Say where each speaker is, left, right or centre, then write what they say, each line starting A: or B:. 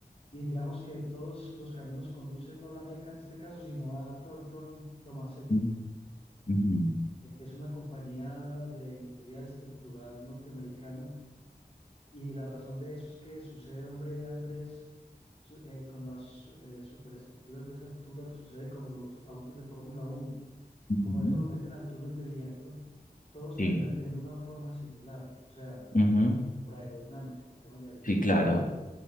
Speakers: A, on the left; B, on the left.
A: Y digamos que todos los caminos conducen no a la Meca en este caso, sino a Thornton Tomasetti,
B: ujú, ujú,
A: eh, que es una compañía de ingeniería estructural norteamericana Y la razón de eso es que sucede, hombre, Andrés, su- eh, con las eh, superestructuras de esa altura, sucede como los autos de Fórmula uno
B: ujú.
A: Como eso lo meten al túnel de viento, todos
B: Sí.
A: terminan teniendo una forma similar, o sea,
B: ujú,
A: por, por aerodinámica, por temas de aerodinámica.
B: Sí, claro.